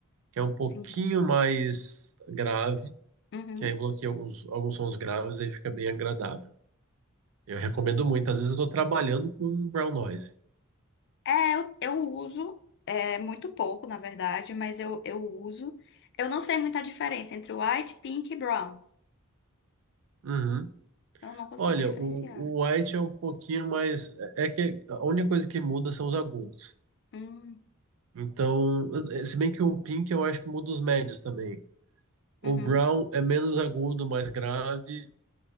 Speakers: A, on the right; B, on the left.
A: que é um pouquinho
B: sim.
A: mais grave,
B: Uhum.
A: que aí bloqueia alguns, alguns sons graves e aí fica bem agradável. Eu recomendo muito. Às vezes eu estou trabalhando com brown noise.
B: É, eu, eu uso, é muito pouco, na verdade, mas eu, eu uso. Eu não sei muita diferença entre white, pink e brown.
A: Uhum.
B: Eu não consigo
A: Olha,
B: diferenciar.
A: o, o white é um pouquinho mais. É é que a única coisa que muda são os agudos.
B: Hum,
A: Então, eh, se bem que o pink eu acho que muda os médios também. O
B: uhum,
A: brown é menos agudo, mais grave,